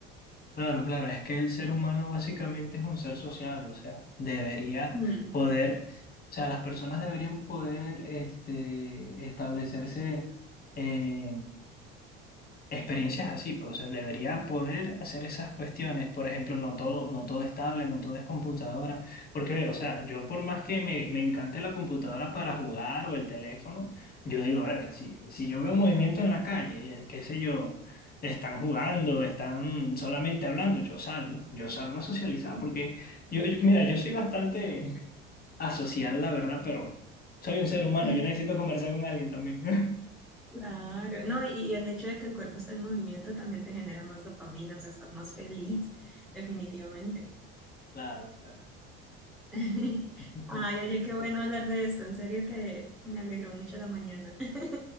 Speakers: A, on the left (about 30°); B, in the centre.
A: Claro, claro, es que el ser humano básicamente es un ser sociable, o sea, debería
B: Mm.
A: poder, o sea, las personas deberían poder este, establecerse eh, Experiencias así, pues o sea, debería poder hacer esas cuestiones. Por ejemplo, no todo, no todo es tablet, no todo es computadora. Porque, ve, o sea, yo por más que me, me encante la computadora para jugar o el teléfono, yo digo, verga, si, si yo veo movimiento en la calle, y, eh, qué sé yo, están jugando, están solamente hablando, yo salgo, yo salgo a socializar. Porque, yo, yo- mira, yo soy bastante asocial, la verdad, pero soy un ser humano,
B: <laughs>
A: yo necesito conversar con alguien también. <laughs>
B: Claro, no, y, y el hecho de que el cuerpo está en movimiento también te genera más dopamina, o sea, estás más feliz, definitivamente.
A: Claro, claro.
B: <laughs>
A: <laughs>
B: Ay, oye, qué bueno hablar de esto, en serio que me alegró mucho la mañana. <laughs>